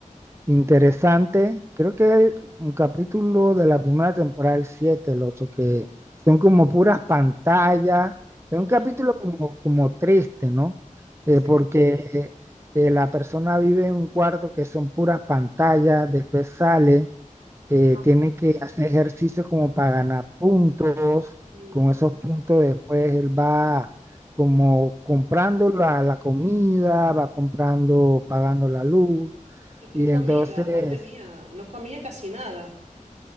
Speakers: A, on the right (about 20°); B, on the right (about 55°).
A: Interesante, creo que hay un capítulo de la primera temporada, el 7 el 8 que son como puras pantallas, es
B: Ujú.
A: un capítulo como, como triste, ¿no? Eh,
B: Sí.
A: porque eh, la persona vive en un cuarto que son puras pantallas, después sale, eh,
B: Ajá.
A: tiene que hacer ejercicio como para ganar puntos,
B: Y,
A: con esos puntos después él va como comprando la, la comida, va comprando, pagando la luz
B: y qué
A: y
B: comida,
A: entonces,
B: madre mía, no comía casi nada.